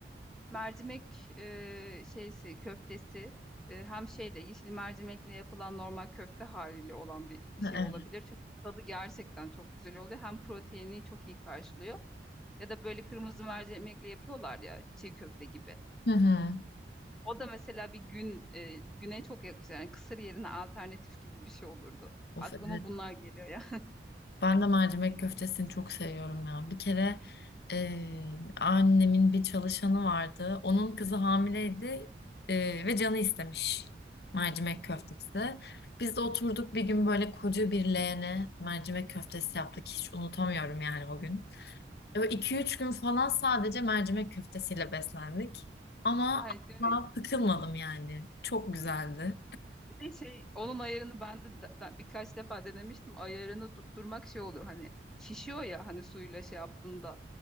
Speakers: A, in the centre; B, on the left.
A: mercimek e, şeysi köftesi e, hem şeyle yeşil mercimekle yapılan normal köfte haliyle olan bir
B: Ha,
A: şey
B: Evet.
A: olabilir. Çünkü tadı gerçekten çok güzel oluyor. Hem proteini çok iyi karşılıyor. Ya da böyle kırmızı mercimekle yapıyorlar ya çiğ köfte gibi.
B: Hı hı.
A: O da mesela bir gün e, güne çok yakışır. Yani kısır yerine alternatif gibi bir şey olurdu.
B: Of
A: Aklıma
B: evet.
A: bunlar geliyor ya.
B: Ben de mercimek köftesini çok seviyorum ya. Bir kere eee, annemin bir çalışanı vardı. Onun kızı hamileydi eee, ve canı istemiş mercimek köftesi.
A: <laughs>
B: Biz de oturduk bir gün böyle koca bir leğene mercimek köftesi yaptık. Hiç unutamıyorum yani o gün. E, Böyle 2-3 gün falan sadece mercimek köftesiyle beslendik. Ama
A: Ay değil
B: asla
A: mi?
B: sıkılmadım yani. Çok güzeldi.
A: Bir de şey onun ayarını ben de da- da- birkaç defa denemiştim. Ayarını tutturmak şey oluyor hani şişiyor ya hani suyla şey yaptığında.